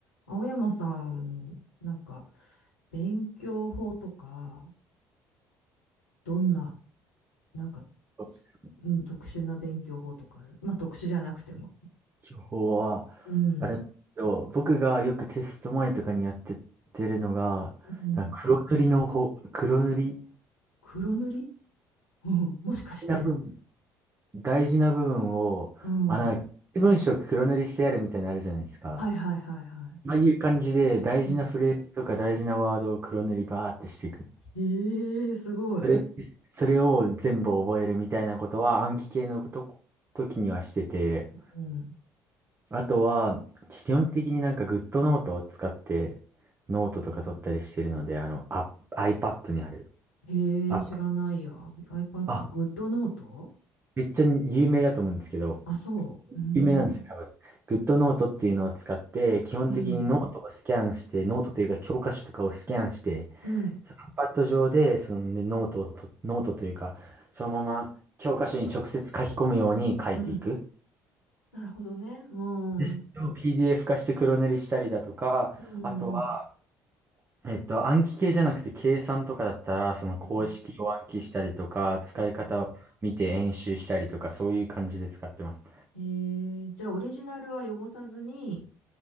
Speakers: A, on the left; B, on the right.
A: 青山さん、なんか、勉強法とか、どんな、なんか、
B: そうですね
A: しうん、特殊な勉強法とかある。まあ、特殊じゃなくても。
B: 今日は、
A: うん。
B: あれなんですけど、僕がよくテスト前とかにやってってるのが、
A: うん。
B: なんか黒塗りの方、黒塗り、
A: 黒塗りうん。<laughs> もしかして。
B: 大事な部分、大事な部分を、
A: うん。
B: あの、
A: は
B: な一文章黒塗りしてやるみたいなのあるじゃないですか。
A: いはいはいはい。
B: ああいう感じで、大事なフレーズとか大事なワードを黒塗りバーってしていく。
A: うん。ええー、すごい。
B: それ、それを全部覚えるみたいなことは暗記系のこと、時にはしてて、
A: うん。
B: あとは、基本的になんか GoodNote を使ってノートとか取ったりしてるので、あの、あ、iPad にある。
A: ええー、
B: あ、
A: 知らないや。iPad、
B: あ、
A: グッドノート
B: めっちゃ有名だと思うんですけど、
A: あ、そう。うーん。
B: 有名なんですよ、多分。GoodNote っていうのを使って、基本的にノートをスキャンして、
A: うん。
B: ノートというか教科書とかをスキャンして、
A: うん。
B: その iPad 上で、そのねノートをと、ノートというか、そのまま教科書に直接書き込むように書いていく。
A: うん。なるほどね。うん。
B: で、それを
A: うん
B: PDF 化して黒塗りしたりだとか、
A: うん。
B: あとは、えっと、暗記系じゃなくて計算とかだったら、その公式を暗記したりとか、
A: うん。
B: 使い方を見て演習したりとか、
A: うん。
B: そういう感じで使ってます。
A: えー、じゃあオリジナルは汚さずに、